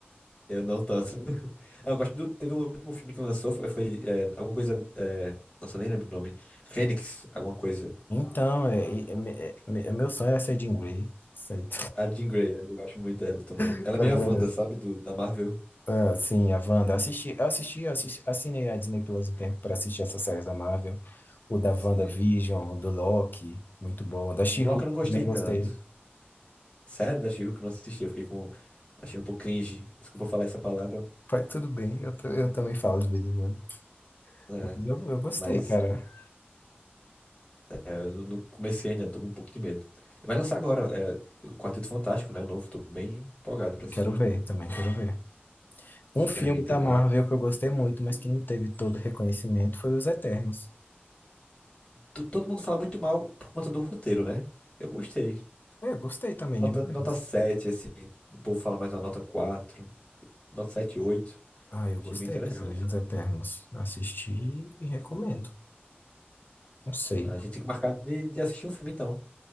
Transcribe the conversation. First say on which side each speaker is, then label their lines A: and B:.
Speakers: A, on the left; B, on the left.
A: Eu não tanto. <laughs> Ah, eu gosto do. Teve um último filme que lançou, foi, foi, é, alguma coisa. é, Nossa, eu nem lembro o nome. Fênix, alguma coisa.
B: Então, é, é- é- é- é- meu sonho era ser Jean Grey. Isso aí.
A: A Jean Grey, eu gosto muito dela também.
B: <laughs>
A: Ela é meio a Wanda, sabe? Do, da Marvel.
B: Ah, sim, a Wanda. Assisti, eu assisti, eu assisti, assinei a Disney Plus um tempo para assistir essas séries da Marvel. O da WandaVision,
A: Sim.
B: o do Loki, muito bom. O da She-Hulk,
A: Bloco eu não gostei
B: também
A: tanto.
B: gostei.
A: Sério, da She-Hulk eu não assisti. Eu fiquei com. Achei um pouco cringe. Desculpa falar essa palavra.
B: Foi tudo bem, eu, ta- eu também falo de vez em quando.
A: né?
B: Mas eu, eu gostei,
A: Mas
B: cara.
A: Eu não comecei ainda, tô com um pouco de medo. Vai lançar agora, é, o Quarteto Fantástico, né? O novo, tô bem empolgado pra assistir.
B: Quero ver, também quero ver.
A: Superman
B: Um filme
A: também.
B: da Marvel que eu gostei muito, mas que não teve todo o reconhecimento, foi Os Eternos.
A: To- Todo mundo fala muito mal por conta do roteiro, né? Eu gostei.
B: É, eu gostei também
A: Nota,
B: demais.
A: nota 7 assim. O povo fala mais uma nota quatro nota sete oito
B: Ah, eu
A: Achei
B: gostei,
A: bem interessante.
B: cara, de Os Eternos. Assisti e recomendo. Não sei.
A: A gente tem que marcar de, de assistir um filme, então.